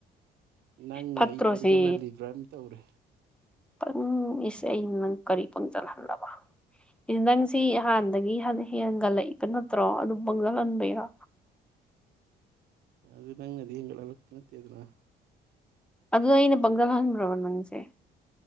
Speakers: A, on the right; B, in the centre.
A: ꯅꯪꯅ
B: ꯄꯠꯇ꯭ꯔꯣꯁꯤ
A: ꯑꯩ ꯄꯪꯁꯤꯜꯍꯜꯂꯤꯕ꯭ꯔꯥ ꯑꯃ ꯇꯧꯔꯦ
B: ꯎꯝ ꯀꯔꯤ ꯄꯪꯁꯤꯜꯍꯟꯂꯕꯗꯤ ꯅꯪꯁꯤ ꯍꯥꯟꯗꯒꯤ ꯍꯥꯟꯅ ꯍꯦꯟꯦꯟꯒꯠꯂꯛꯏꯕ ꯅꯠꯇ꯭ꯔꯣ ꯑꯗꯨꯝ ꯄꯪꯖꯜꯍꯟꯕꯤꯔ
A: ꯑꯗꯨꯗꯉꯗꯤ ꯌꯦꯅꯠꯇꯗꯅ
B: ꯑꯗꯨꯗ ꯑꯩꯅ ꯄꯪꯖꯜꯍꯟꯈ꯭ꯔꯕ ꯅꯪꯁꯦ